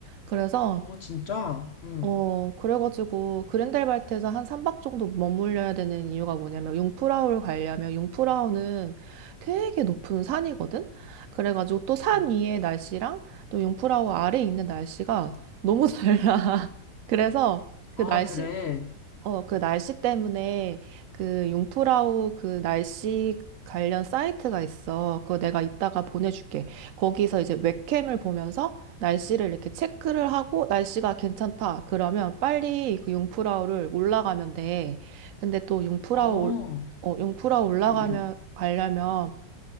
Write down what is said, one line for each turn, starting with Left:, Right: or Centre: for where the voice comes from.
Right: 그래서,
Left: 어, 진짜? 응,
Right: 어, 그래가지고 그랜델발트에서 한 3박 정도 머물려야 되는 이유가 뭐냐면 융프라우를 가려면 융프라우는 되게 높은 산이거든? 그래가지고 또 산
Left: 응.
Right: 위의 날씨랑 또 융프라우 아래에 있는 날씨가 너무 <laughs> 달라. 그래서 그
Left: 아,
Right: 날씨,
Left: 그래.
Right: 어, 그 날씨 때문에 그 융프라우 그 날씨 관련 사이트가 있어. 그거 내가 이따가 보내줄게. 거기서 이제 웹캠을 보면서 날씨를 이렇게 체크를 하고 날씨가 괜찮다. 그러면 빨리 그 융프라우를 올라가면 돼. 근데 또 융프라우,
Left: 어,
Right: 올- 어, 융프라우 올라가면,
Left: 응, 응,
Right: 가려면